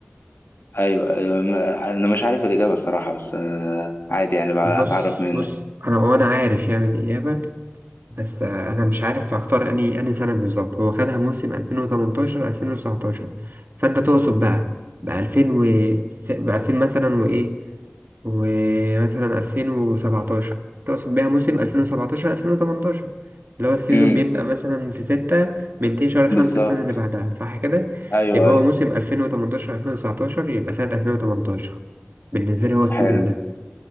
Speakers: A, on the left; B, on the right.
A: ايوه ايوه ما- انا مش عارف الاجابه الصراحه بس آه، عادي يعني بقى
B: بص
A: اتعرف منك
B: بص أنا وأنا عارف يعني الإجابة بس آه، انا مش عارف اختار اني اني سنه بالظبط هو خدها موسم 2018 2019 فانت تقصد بقى ب 2000 و ب 2000 مثلا وايه ومثلا 2017 تقصد بيها موسم 2017 2018 اللي هو السيزون
A: امم
B: بيبدأ مثلا في 6 بينتهي شهر
A: بالظبط
B: 5 السنة اللي بعدها صح كده؟
A: ايوه
B: يبقى
A: ايوه
B: هو موسم 2018 2019 يبقى سنة 2018 بالنسبة لي هو السيزون
A: حلو
B: ده